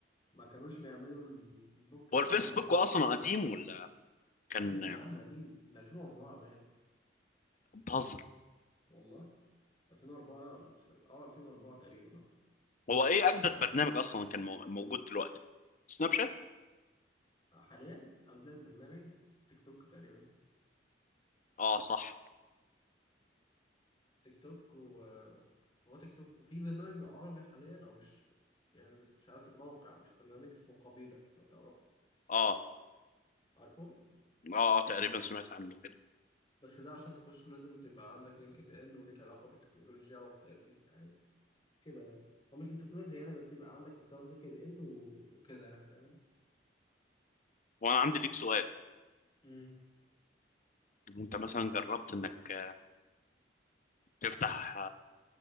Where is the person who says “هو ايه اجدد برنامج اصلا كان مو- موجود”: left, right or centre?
Left